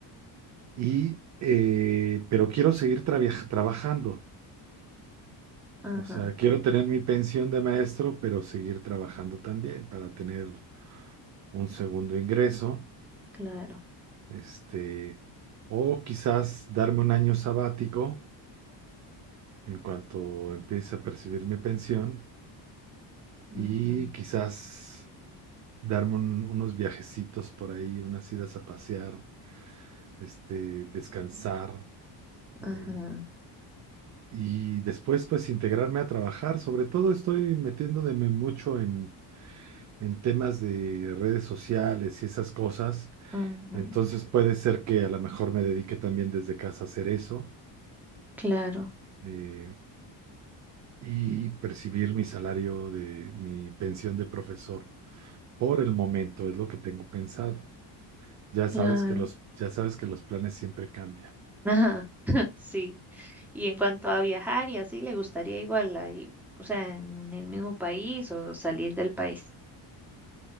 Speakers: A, on the right; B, in the centre.
A: y, eh, pero quiero seguir traviaj- trabajando,
B: Ajá,
A: o sea, quiero tener mi pensión de maestro, pero seguir trabajando también para tener un segundo ingreso,
B: claro.
A: este, o quizás darme un año sabático en cuanto empiece a percibir mi pensión y
B: ujú,
A: quizás darme un- unos viajecitos por ahí, unas idas a pasear, este, descansar,
B: Ajá,
A: eh, y después pues integrarme a trabajar. Sobre todo estoy metiéndome mucho en, en temas de redes sociales y esas cosas.
B: ujú,
A: Entonces puede ser que a lo mejor me dedique también desde casa a hacer eso,
B: Claro,
A: eh, y percibir mi salario de mi pensión de profesor. Por el momento es lo que tengo pensado. Ya sabes
B: claro.
A: que los, ya sabes que los planes siempre cambian.
B: Ajá, <laughs> sí. Y en cuanto a viajar y así, ¿le gustaría igual ahí, o sea, en el mismo país o salir del país?